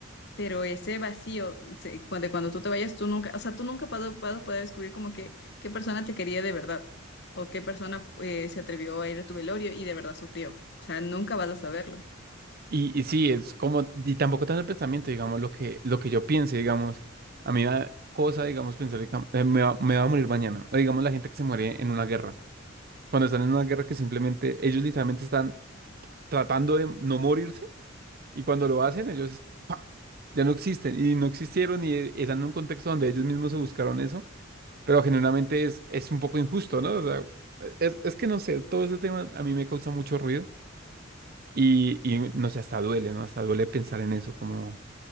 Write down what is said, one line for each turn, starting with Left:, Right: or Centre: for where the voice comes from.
Left: pero ese vacío, se- cuando, cuando tú te vayas, tú nunca, o sea, tú nunca vas a vas a poder descubrir como que qué persona te quería de verdad o qué persona fue- se atrevió a ir a tu velorio y de verdad sufrió. O sea, nunca vas a saberlo.
Right: Y, y sí, es como, y tampoco tanto el pensamiento, digamos, lo que, lo que yo piense, digamos, a mí me da cosa, digamos, pensar que cam- eh, me va, me va a morir mañana, o digamos la gente que se muere en una guerra, cuando están en una guerra que simplemente ellos literalmente están tratando de no morirse, y cuando lo hacen ellos ¡pa! ya no existen, y no existieron, y eh, están en un contexto donde ellos mismos se buscaron eso, pero genuinamente es, es un poco injusto, ¿no? O sea, es, es que no sé, todo ese tema a mí me causa mucho ruido. Y, y no sé, hasta duele, ¿no? Hasta duele pensar en eso, como